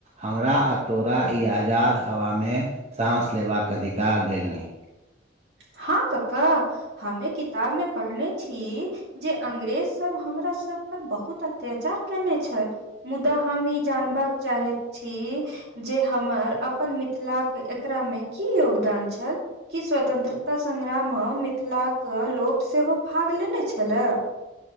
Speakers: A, on the right; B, on the right.
A: हमरा आ तोरा ई आजाद हवामे साँस लेबाक अधिकार देलनि
B: हँ कका हमे किताब मे पढ़ने छीिय जे अंग्रेज सब हमरा सब पर बहुत अत्याचार केने छल मुदा हम ई जानबाक चाहैत छी जे हमर अपन मिथिलाक एकरामे की योगदान छल की स्वतंत्रता तऽ संग्राममे मिथिलाके लोक सेहो भाग लेने छलए